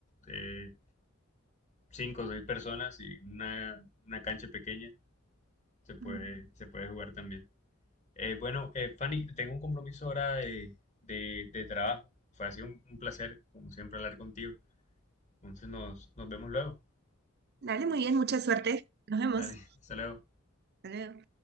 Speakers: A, on the left; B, on the right.
A: eh, cinco o seis personas y una, una cancha pequeña se puede,
B: Mm.
A: se puede jugar también. Eh, bueno, eh, Fanny, tengo un compromiso ahora de, de- de trabajo. Fue así un, un placer, como siempre, hablar contigo. Entonces nos, nos vemos luego.
B: Dale, muy bien, mucha suerte. Nos vemos.
A: Dale, <laughs> hasta luego.
B: Hasta luego.